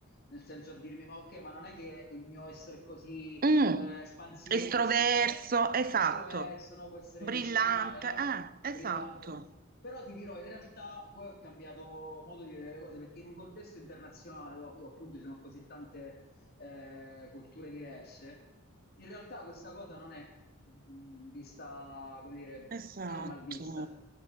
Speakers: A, on the left; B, on the right.
A: nel senso a dirmi, ma ok, ma non è che il mio essere così
B: Mm,
A: eh, espansivo
B: estroverso,
A: può essere
B: esatto,
A: estroverso, no? Può essere
B: brillante,
A: visto male, no?
B: eh,
A: Brillante.
B: esatto,
A: Però ti dirò, in realtà poi ho cambiato modo di vedere le cose perché in un contesto internazionale, dove appunto ci sono così tante eh, culture diverse, in realtà questa cosa non è mh, vista, come dire,
B: esatto,
A: non è mal vista.